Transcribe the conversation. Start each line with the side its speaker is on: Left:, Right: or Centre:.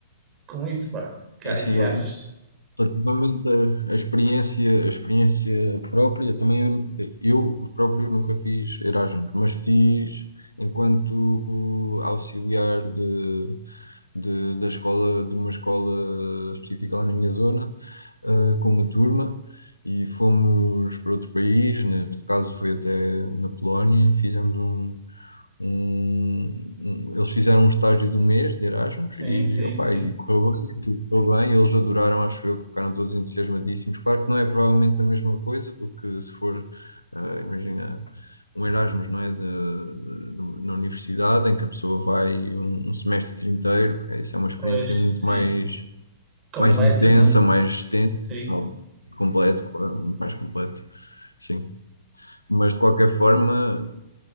Right: com isso, pá. Que,
Left: É assim,
Right: que
Left: eu,
Right: achas?
Left: relativamente à à experiência, à experiência própria, também eu, eu próprio nunca fiz Erasmus, mas fiz enquanto auxiliar de, de- da escola, de uma escola específica lá na minha zona, eh, com uma turma. E fomos para outro país, neste caso foi até na Polónia, fizemos um, um- um- eles fizeram um estágio de um mês de Erasmus
Right: Sim,
Left: e,
Right: sim,
Left: opa,
Right: sim.
Left: e correu bem, aquilo correu bem, eles adoraram, acho eu, ficaram todos entusiasmadíssimos. Claro que não é provavelmente a mesma coisa do que se for, ah, imagina, um Erasmus, não é? De, no- na universidade, em que a pessoa vai um, um semestre inteiro, É isso é uma experiência
Right: Pois,
Left: muito
Right: sim.
Left: mais,
Right: Completa,
Left: mais intensa,
Right: não?
Left: mais extensa,
Right: Sim.
Left: e tal. completo, claro, mais completo, sim mas de qualquer forma,